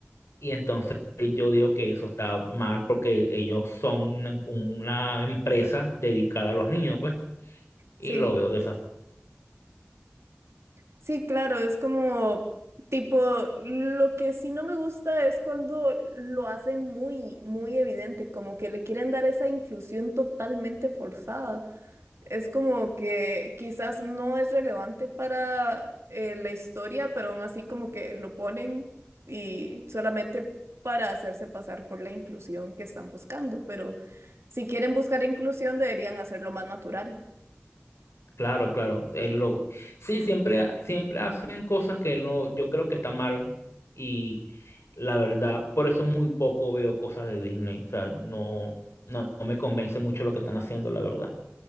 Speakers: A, on the left (about 80°); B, on the right (about 85°).
A: y entonces yo digo que eso está mal porque ellos son una una empresa dedicada a los niños, pues. Y
B: sí.
A: lo veo de esa.
B: Sí, claro, es como tipo, lo que sí no me gusta es cuando lo hacen muy, muy evidente, como que le quieren dar esa inclusión totalmente forzada. Es como que quizás no es relevante para eh, la historia, pero aún así como que lo ponen y solamente para hacerse pasar por la inclusión que están buscando. Pero si quieren buscar inclusión, deberían hacerlo más natural.
A: Claro, claro. él lo... Sí, siempre, ha- siempre hacen cosas que no, yo creo que está mal. Y la verdad, por eso muy poco veo cosas de Disney. O sea, no, no, no me convence mucho lo que están haciendo, la verdad.